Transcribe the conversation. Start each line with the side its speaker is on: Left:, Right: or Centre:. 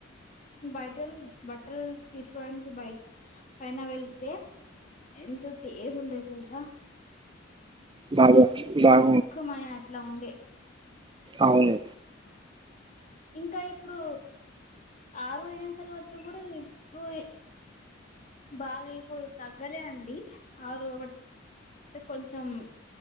Left: బయట బట్టలు తీసుకోవడానికి, బయ పైన వెళ్ళితే ఎంత తేజ్ ఉంటాయి. తెలుసా
Right: బాగా వచ్చి బాగ
Left: క్కుమాయ అట్లా ఉండే
Right: అవును
Left: ఇంకా ఇప్పుడు, ఆరు అయిన తర్వాత గూడా, ఇప్పుడు బాగా ఇప్పుడు తగ్గలే అండి. ఆరు ఒక అంటే కొంచెం